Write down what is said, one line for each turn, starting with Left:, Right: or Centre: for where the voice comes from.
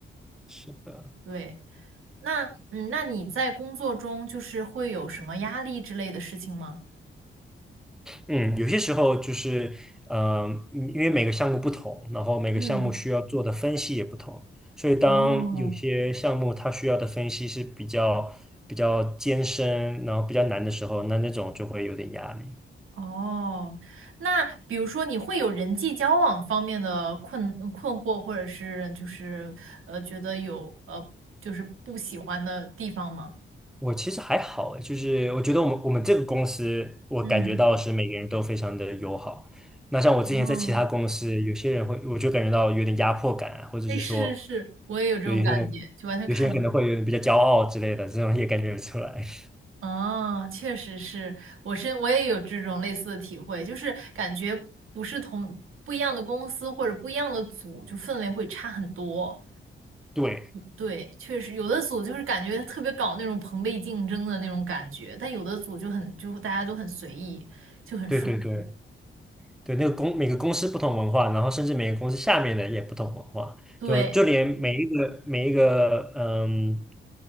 Centre: 是的，
Right: 对。那嗯，那你在工作中就是会有什么压力之类的事情吗？
Centre: 嗯，有些时候就是，呃，嗯因为每个项目不同，然后每个项目需要做的分析也不同，
Right: 嗯，
Centre: 所以当有些项目它需要的分析是比较比较艰深，
Right: 哦
Centre: 然后比较难的时候，那那种就会有点压力。
Right: 哦，那比如说你会有人际交往方面的困困惑，或者是就是呃觉得有呃就是不喜欢的地方吗？
Centre: 我其实还好诶，就是我觉得我们我们这个公司，我感觉到是每个人都非常的友好。
Right: 嗯，
Centre: 那像我之前在其他公司，
Right: 哦，
Centre: 有些人会，我就感觉到有点压迫感啊或者是说，
Right: 哎，是是是，我也有这种感觉，
Centre: 对，有些人有些人可能会有点比较骄傲之类的，
Right: 就完全看人。
Centre: 这种也感觉得出来。<laughs>
Right: 哦，确实是，我是我也有这种类似的体会，就是感觉不是同不一样的公司或者不一样的组，就氛围会差很多。
Centre: 对，
Right: 对，确实有的组就是感觉特别搞那种朋辈竞争的那种感觉，但有的组就很就大家都很随意，就很舒服。
Centre: 对对对对，那个公每个公司不同文化，然后甚至每个公司下面的也不同文化，
Right: 对，
Centre: 就就连每一个每一个嗯，